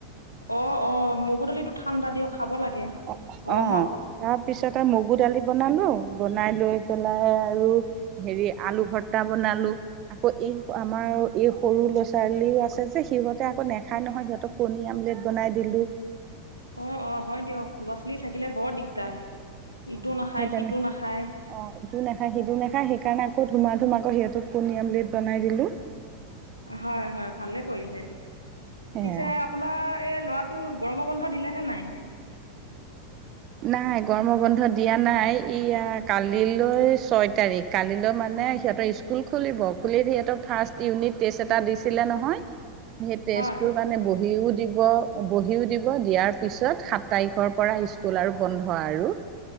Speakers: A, on the left; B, on the right.
A: অ অ মগু দালিতটো ঠাণ্ডা দিয়ক খাব লাগে
B: অ অ
A: গৰমত
B: তাৰপিছত আৰু মগু দালি বনালো বনাই লৈ পেলাই আৰু হেৰি আলু ভৰ্তা বনালো আকৌ এই আমাৰ আৰু এই সৰু ল'ৰা ছোৱালীও আছে যে সিহঁতে আকৌ নেখাই নহয় সিহঁতক কণী আমলেট বনাই দিলো
A: অ অ হয় দিয়ক ল'ৰা ছোৱালী থাকিলে বৰ দিগদাৰ ইটো
B: অ
A: নাখায়
B: সেই তেনে
A: সিটো নাখায়
B: অ ইটো নাখায় সিটো নেখায় সেইকাৰণে আকৌ ধুমা ধুমাক আকৌ সিহঁতক কণীৰ আমলেট বনাই দিলোঁ
A: হয় হয় ভালে কৰিলে
B: সেয়া
A: পিছে আপোনাৰ এই ল'ৰাটো গৰম বন্ধ দিলে নে নাই
B: নাই গৰম বন্ধ দিয়া নাই ইয়া কালিলৈ ছয় তাৰিখ কালিলৈ মানে মানে সিহঁতৰ স্কুল খুলিব খুল সিহঁতক ফাৰ্ষ্ট ইউনিট টেষ্ট এটা দিছিলে নহয় সেই তেজ
A: হয়
B: তৰ মানে বহিও দিব দ বহিও দিব দিয়াৰ পিছত সাত তাৰিখৰ পৰা স্কুল আৰু বন্ধ আৰু